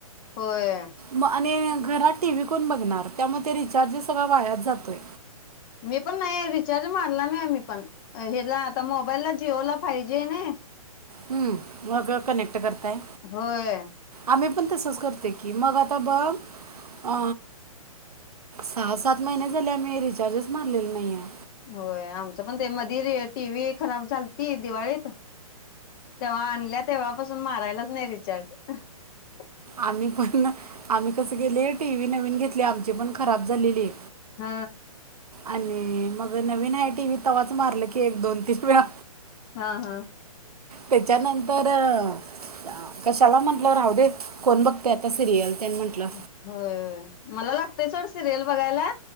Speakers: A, on the left; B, on the right.
A: होय
B: म आणि घ घरात टी व्ही कोण बघणार त्यामुळं ते रिचार्ज सगळा वायाच जातोय.
A: मी पण नाही रिचार्ज मारला नाही आम्ही पण हेला आता मोबाईलला जिओला फाय जी हाय नई.
B: हम्म मग कनेक्ट करताय
A: होय
B: आमी पण तसच करते की मग आता बघ अ सहा सात महिने झाले आम्ही रिचार्जच मारलेल नई आय.
A: होय आमचं पण ते मधी री टी वी खराब झालती दिवाळीत. तेव्हा आणल्या तेव्हा पासू <unintelligible> मारायलाच नाही रिचार्ज <inaudible>
B: आम्ही पण न! आम्ही कस केले? टी व्ही नवीन घेतलीया आमची पण खराब झालेली.
A: ह.
B: आणि मग नवीन आहे टी व्ही तवाच मारलं की एक, दोन, तीन वेळा.
A: हा हा.
B: त्याच्यानंतर अ कशाला म्हंटल राहू दे. कोण बघतय आता सिरियल? ते म्हटलं
A: होय होय मला. ते सोड सिरियल बघायला.